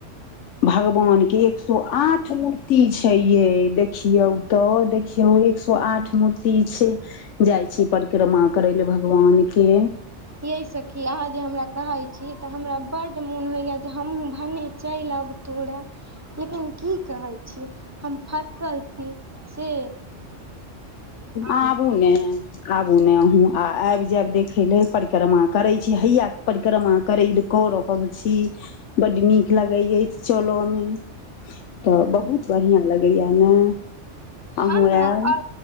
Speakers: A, on the left (about 70°); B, on the right (about 15°).
A: भगवान के एक सो आठ मूर्ति छैयै देखियौ तऽ हो एक सौ आठ मूर्ति छै जाइ छी परिक्रमा करै ले भगवान के
B: यै सखी अहाँ जे हमरा कहै छी तऽ हमरा बड्ड मोन होइए जे हमहूँ भने चेल तोड़ा लेकिन की कहै छी हम फसल छी से हँ
A: आबू ने आबू ने आ आबि जायब देखे ले परिक्रमा करे छी हैया के परिक्रमा करे ल कऽ रहल छी बड नीक लगे य चलो नै तऽ बहुत बढ़िआँ लगैया ने
B: हँ
A: अहूँ आयब
B: आ